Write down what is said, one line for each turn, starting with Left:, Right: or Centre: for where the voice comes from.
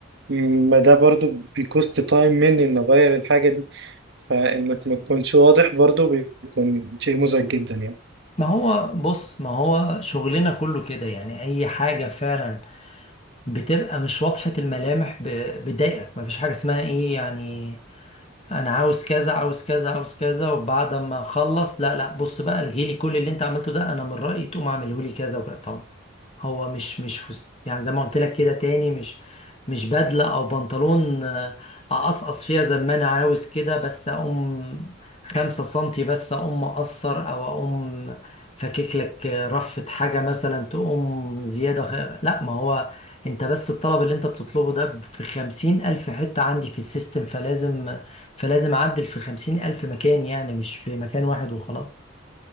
Right: ما ده برضو بيكوست تايم مني ان اغير الحاجه دي فانك ما تكونش واضح برضو بيكون شيء مزعج جدا يعني
Left: ما هو بص ما هو شغلنا كله كده يعني اي حاجة فعلا بتبقى مش واضحة الملامح ب- بتضايقك ما فيش حاجة اسمها ايه يعني انا عاوز كذا عاوز كذا عاوز كذا وبعد ما اخلص لا لا بص بقى الغي لي كل اللي انت عملته ده انا من رأيي تقوم اعمله لي كذا وكذا طبعا هو مش مش فس... يعني زي ما قلت لك كده تاني مش مش بدلة او بنطلون آه، اقصقص فيها زي ما انا عاوز كده بس اقوم خمسة سنتي بس اقوم مقصر او اقوم فكك لك آه، رفة حاجة مثلا تقوم زيادة غ- لا ما هو انت بس الطلب اللي انت بتطلبه ده في خمسين الف حتة عندي في السيستم فلازم فلازم اعدل في خمسين الف مكان يعني مش في مكان واحد وخلاص